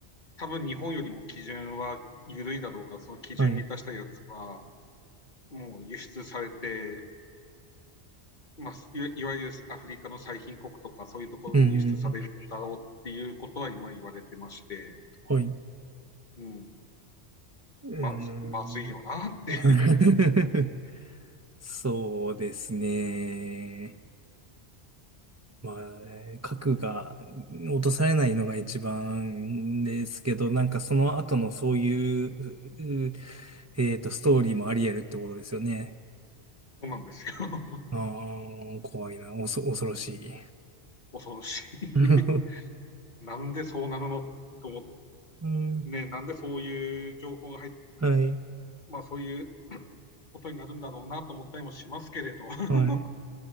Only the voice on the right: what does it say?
はい。
うん、はい。う
ーん。
<laughs> そうですね。まあね、核が落とされないのが一番ですけど、なんかその後のそういう、うえっと、ストーリーもあり得るってことですよね。
ああ、怖いな、おそ、恐ろしい。
<laughs>
うん、
はい、
はい。